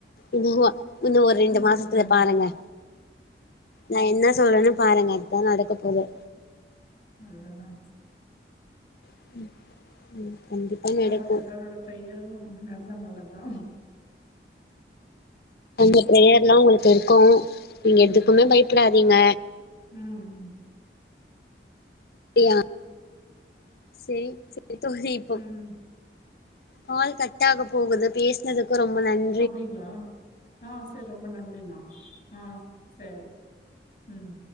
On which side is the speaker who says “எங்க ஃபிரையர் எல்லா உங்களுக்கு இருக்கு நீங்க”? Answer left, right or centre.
Left